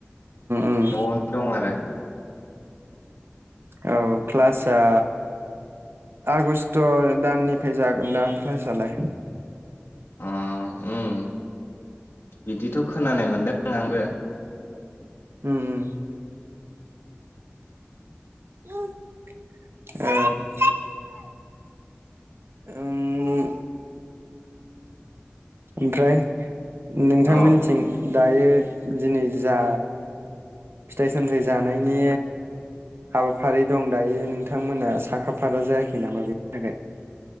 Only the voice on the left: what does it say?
न'वावनो दं आरो
उ उम बिदिथ' खोनानाय मोनदों आंबो
औ